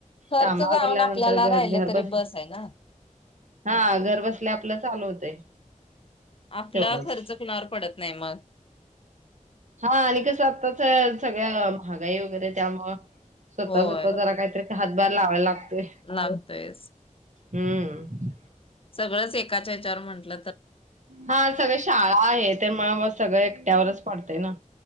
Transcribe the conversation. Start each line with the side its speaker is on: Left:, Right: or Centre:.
Left: खर्च
Right: कामावरल्यानंतर
Left: जाऊन आपल्याला
Right: घर
Left: राहिलं
Right: घर
Left: तरी
Right: बसल
Left: बस आहे ना.
Right: हा घर बसल्या आपलं चालू होतय
Left: आपला
Right: तेवढच
Left: खर्च कुणावर पडत नाही मग
Right: हा आणि कसं आत्ताच सगळ्या महागाई वगैरे त्यामुंळ स्वतः
Left: होय
Right: स्वतः जरा काहीतरी हातभार लावायला लागतोय.
Left: लागतोयच.
Right: हम्म
Left: सगळंच एकाच्या हच्यावर म्हंटल
Right: हा सगळ शाळा हे ते म म सगळ त्यावरच पडतेय ना